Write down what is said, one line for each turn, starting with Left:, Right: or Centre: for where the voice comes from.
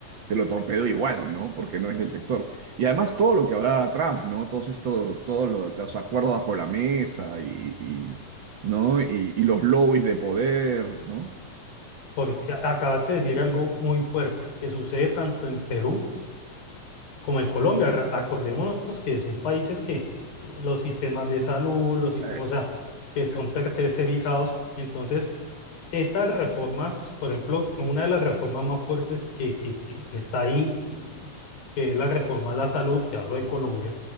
Right: te lo torpedo igual, ¿no? Porque no es del sector. Y además todo lo que habrá atrás, ¿no? Todos estos, todos lo- los, acuerdos bajo la mesa y, y, ¿no? Y, y los lobbies de poder, ¿no?
Left: Porque a- acabas de decir algo muy fuerte que sucede tanto en Perú como en Colombia. Ra- Acordémonos que son países que eh, los sistemas de salud, los sistemas,
Right: Eso.
Left: o sea, que son ter- tercerizados. Entonces, estas reformas, por ejemplo, una de las reformas más fuertes que, que, que, que está ahí, y- que es la reforma a la salud, te hablo de Colombia